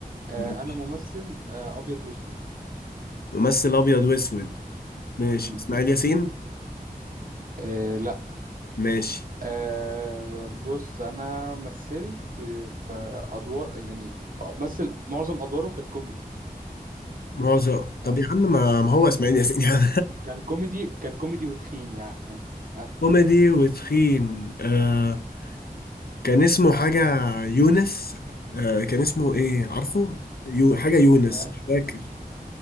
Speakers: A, on the right; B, on the left.
A: آه
B: ماشي.
A: انا ممثل آه ابيض واسود
B: ممثل ابيض واسود ماشي
A: امم
B: اسماعيل ياسين
A: آه لا
B: ماشي
A: آه بص انا مثلت في ادوار يعني مثل معظم ادواره كانت كوميدي
B: معظم
A: ها
B: طب يا عم ما, ما هو اسماعيل ياسين يعني
A: كان كوميدي كان كوميدي وتخين يا عم
B: <laughs>
A: ها
B: كوميدي وتخين آه كان اسمه حاجة يونس آه كان اسمه ايه عارفه يو حاجة يونس
A: ها
B: مش فاكر